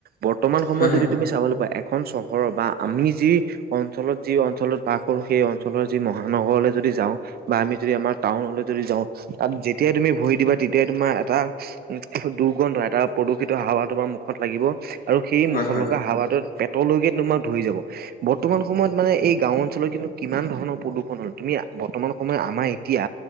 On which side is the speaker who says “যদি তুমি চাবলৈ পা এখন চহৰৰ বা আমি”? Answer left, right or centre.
Right